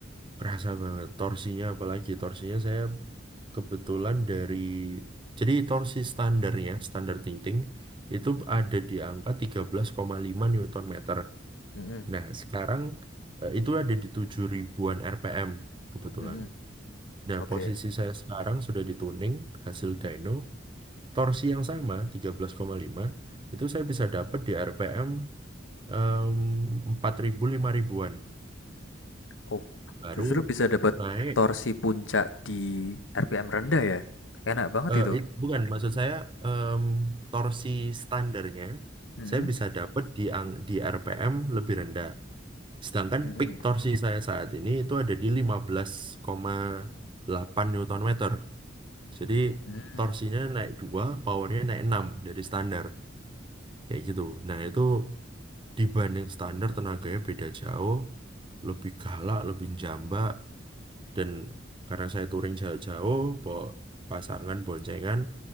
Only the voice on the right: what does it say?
kerasa banget. Torsinya apalagi, torsinya saya kebetulan dari, jadi torsi standarnya, standar ting-ting, itu
ada di angka tiga belas koma lima Newton meter.
Nah, sekarang eh, itu ada di tujuh ribuan RPM kebetulan.
Nah,
posisi saya sekarang sudah di tuning hasil dyno torsi yang sama 13,5 itu saya bisa dapat di RPM em, 4000 5000-an
baru
naik
eh,
it- bukan maksud saya em, torsi standarnya
saya bisa dapat di ang- di RPM lebih rendah sedangkan
peak torsi saya saat ini itu ada di 15,8 Newton meter jadi
torsinya naik 2, powernya naik 6 dari standar kayak gitu nah itu dibanding standar tenaganya beda jauh lebih galak lebih jambak dan karena saya touring jauh-jauh bawa pasangan boncengan